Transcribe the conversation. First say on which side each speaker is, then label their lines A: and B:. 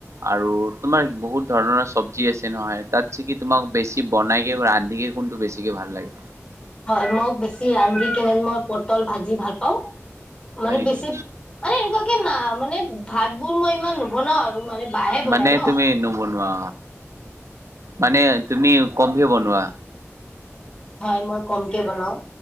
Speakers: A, on the right; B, on the left.
A: আৰু তোমাৰ বহুত ধৰণৰ চবজি আছে নহয়, তাতছে কি তোমাক বেছি বনাইকে ৰান্ধিকে কোনটো বেছি ছিকে ভাল লাগে?
B: হয় মই বেছি ৰান্ধি কেনে মই পটল ভাজি ভাল পাওঁ।
A: হয়
B: মানে
A: নেকি?
B: বেছি, মানে এনেকুৱা কি না মানে, ভাত বোৰ মই ইমান নবনাও আৰু মানে বাহে বনাই
A: মানে
B: ন
A: তুমি নবনোৱা। মানে তুমি কমকে বনোৱা।
B: হয় মই কমকে বনাও।